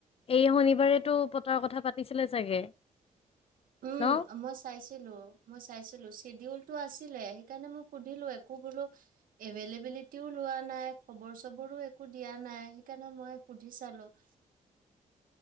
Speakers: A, on the left (about 45°); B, on the right (about 85°).
A: এই শনিবাৰেতো পতাৰ কথা পাতিছিলে চাগে।
B: উম
A: ন?
B: মই চাইছিলো মই চাইছিলো চিডিউল। টো আছিলে সেইকাৰণে মই সুধিলোঁ একো বোলো এবেল এবেলেটিও। লোৱা নাই খবৰ চবৰো একো দিয়া নাই সেইকাৰণে মই সুধি চালো <inaudible>